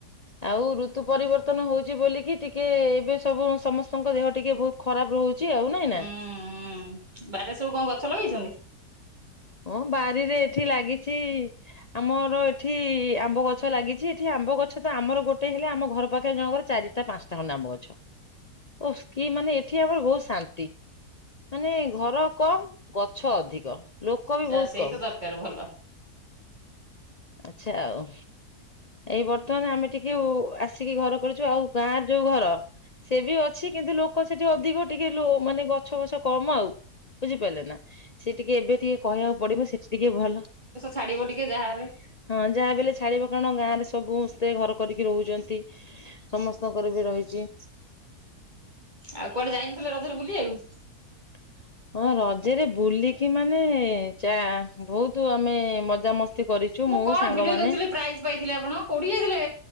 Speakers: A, on the left (about 65°); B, on the right (about 25°).
A: ଆଉ ଋତୁ ପରିବର୍ତନ ହଉଛି ବୋଲିକି ଟିକେ ଏବେ ସବୁ ସମସ୍ତଙ୍କ ଦେହ ଟିକେ ବହୁତ ଖରାପ ରହୁ ଚି ଆଉ ନାଇଁ
B: ହୁଁ
A: ନା।
B: ହୁଁ ବାରିରେ ସବୁ କଣ ଗଛ ଲଗେଇଛନ୍ତି?
A: ହଁ ବାରିରେ ଏଠି ଲାଗିଛି। ଆମର ଏଠି ଆମ୍ବ ଗଛ ଲାଗିଛି, ଏଠି ଆମ୍ବ ଗଛ ତ ଆମର ଗୋଟେ ହେଲେ ଆମ ଘର ପାଖରେ ଜଣଙ୍କର ଚାରି ପାଞ୍ଚଟାଙ୍କ ନାମ ଅଛ ଓ କି ମାନେ ଏଠି ଆମର ବୋହୁ ଶାନ୍ତି। ମାନେ ଘର କମ୍ ଗଛ ଅଧିକ। ଲୋକ ବି
B: ଯା
A: ବହୁତ
B: ସେଇ
A: କମ
B: ତ ଦରକାର ଭଲ।
A: ଆଚ୍ଛା ଆଉ। ଏଇ ବର୍ତ୍ତମାନ ଆମେ ଟିକେ ଆସିକି ଘର କରିଛୁ ଆଉ ଗାଁର ଯୋଉ ଘର ସେ ବି ଅଛି କିନ୍ତୁ ଲୋକ ସେଠି ଅଧିକ ଟିକେ ମାନେ ଗଛ ବଛ କମ ଆଉ। ବୁଝିପାରିଲେ ନା। ସେ ଟିକେ ଏବେ ଟିକେ କହିବାକୁ ପଡିବ ସେଠି ଟିକେ ଭଲ।
B: ଛାଡ଼ିବ ଟିକେ ଯାହାହେଲେ
A: ହଁ ଯାହା ବଲେ ଛାଡିବ କାରଣ ଗାଁ ରେ ସବୁ ସମସ୍ତେ ଘର କରିକି ରହୁଛନ୍ତି। ସମସ୍ତଙ୍କର ବି ରହିଛି।
B: ଆଉ କୁଆଡେ ଯାଇନଥିଲେ ରଜରେ ବୁଲିବା କୁ?
A: <inaudible> ହଁ ରଜରେ ବୁଲିକି ମାନେ, ଚା ବହୁତ ଆମେ ମଜାମସ୍ତି। କରିଛୁ
B: ମୁଁ କଣ
A: ସାଙ୍ଗମାନେ
B: ଭିଡ଼ିଓ ଦେଖୁଥିଲି ପ୍ରାଇଜ୍ ପାଇଥିଲେ ଆପଣ? କୋଡ଼ିଏ ଯାଇଥିଲେ